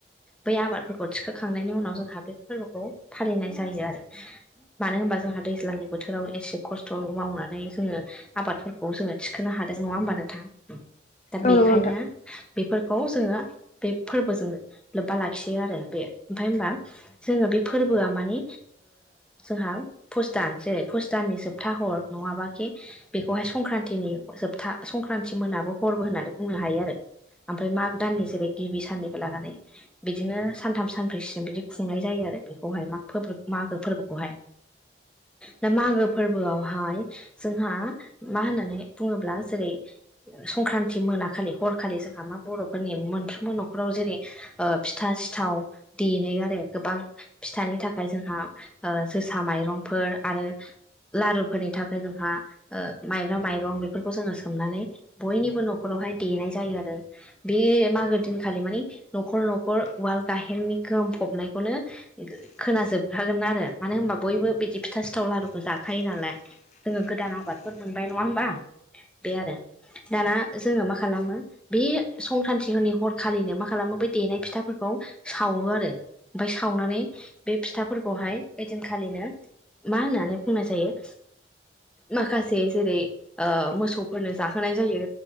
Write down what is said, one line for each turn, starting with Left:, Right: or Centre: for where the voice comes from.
Centre: बै आबादफोरखौ थिखोखांनायनि उनाव जोंहा बे फोरबोखौ फालिनाय जायो आरो मानो होनबा जोंहा दैज्लांनि बोथोराव एसे खस्थ' मावना नै जोङो आबादफोरखौ जोङो थिखोनो हादों नङा होमबा नोंथां दा
Left: औ
Centre: बेखायनो
Left: नंगौ नोंथां।
Centre: बेफोरखौ जोङो बे फोरबोजों लोब्बा लाखियो आरो बे ओमफफ्राय हबा जोङो बे फोरबोआ माने जोंहा पुसदान जेरै फुसदाननि जोबथा हर नङाबाखि बेखौहाय संक्रान्तिनि जोबथा संक्रान्ति मोनाबो हरबो होननानै बुंनो हायो आरो ओमफ्राय माग दाननि जेरै गिबि साननिफ्राय लानानै बिदिनो सानथाम सानब्रैसिम बिदि खुंनाय जायो आरो बेखौहाय म फोर मागो फोरबोखौहाय दा मागो फोरबोआवहाय जोंहा मा होननानै बुङोब्ला जेरै संक्रान्ति मोनाखालि हरखालि जोंहा मा बर'फोरनि मोनफ्रोमबो न'खराव जेरै फिथा सिथाव देनो आरो गोबां फिथानि थाखाय जोंहा जोसा माइरंफोर आरो लारुफोरनि थाखाय जोंहा माइब्रा माइरं बेफोरखौ जोङो सोमनानै बयनिबो न'खरावहाय देनाय जायो आरो बे मागो दिनखालि माने न'खर न'खर उवाल गाहेननि गोहोम फबनायखौनो खोनाजोबखागोन आरो मानो होनबा बयबो बिदि फिथा सिथाव लारुखौ जाखायो नालाय जोङो गोदान आबादफोर मोनबाय नङा होमबा बे आरो दाना जोङो मा खालामो बे संक्रान्तिफोरनि हरखालिनो मा खालामो बे देनाय फिथाफोरखौ सावो आरो ओमफ्राय सावनानै बे फिथाफोरखौहाय ओइदिनखालिनो मा होननानै बुंनाय जायो। माखासे जेरै मोसौफोरनो जाहोनाय जायो।